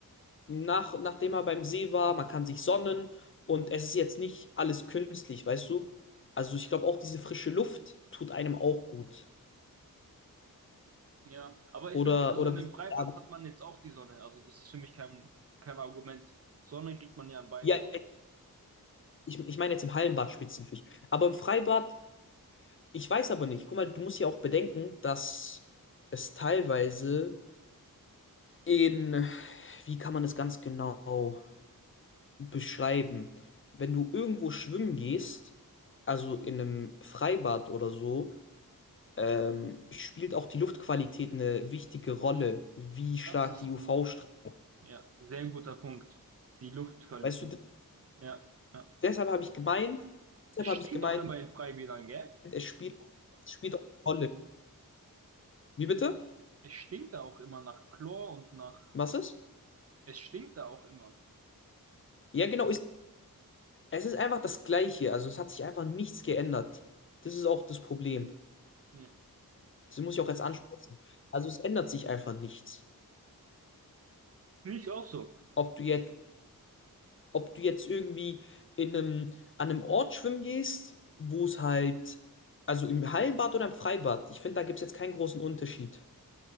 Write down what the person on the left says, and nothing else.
nach, nachdem man beim See war. Man kann sich sonnen und es ist jetzt nicht alles künstlich, weißt du? Also ich glaube auch diese frische Luft tut einem auch gut.
Oder,
oder
bist
du-
ja,
ich, ich meine jetzt im Hallenbad spezifisch. Aber im Freibad, ich weiß aber nicht. Guck mal, du musst ja auch bedenken, dass es teilweise in, wie kann man das ganz genau beschreiben. Wenn du irgendwo schwimmen gehst, also in einem Freibad oder so, ähm, spielt auch die Luftqualität eine wichtige Rolle, wie stark
die UV-Strahlung.
Weißt du, de-
deshalb habe ich gemeint, deshalb
habe ich gemeint,
es spielt, es spielt auch eine Rolle. Wie bitte?
Was ist?
Ja, genau, ist, es ist einfach das Gleiche. Also es hat sich einfach nichts geändert. Das ist auch das Problem.
Das muss ich auch jetzt ansprechen. Also es ändert sich einfach nichts.
Ob du jetzt ob du jetzt irgendwie in einem, an einem Ort schwimmen gehst, wo es halt, also im Hallenbad oder im Freibad, ich finde, da gibt es jetzt keinen großen Unterschied.